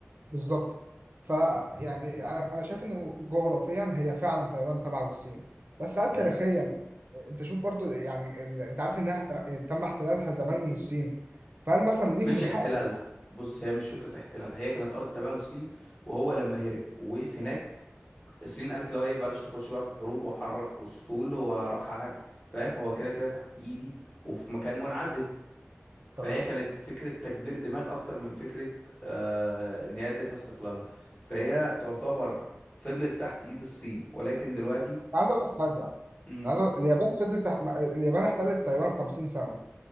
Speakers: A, on the right (about 45°); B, on the left (about 30°).
A: بالظبط فيعني أنا أنا شايف إن جغرافيا هي فعلا تايوان تبع للصين بس هل
B: امم
A: تاريخيا آه، أنت شوف برضو يعني ال- أنت عارف إنها آه، تم احتلالها زمان من الصين فهل مثلا ليهم
B: مش
A: الحق
B: احتلالها بص هي مش فكرة احتلالها هي كانت أرض تابعة للصين وهو لما هرب ووقف هناك الصين قالت له ايه بلاش نخش بقى في حروب وحرك أسطول وأروح أح- فاهم هو كده كده تحت إيدي وفي مكان منعزل
A: تمام
B: فهي
A: أنا
B: كانت فكرة تكبير دماغ أكتر من فكرة آه إن هي اديتها استقلالها فهي تعتبر فضلت تحت إيد الصين ولكن دلوقتي
A: عايز أقول لك حاجة أنا
B: امم،
A: عايز أقول... اليابان فضلت اليابان احتلت تايوان 50 سنة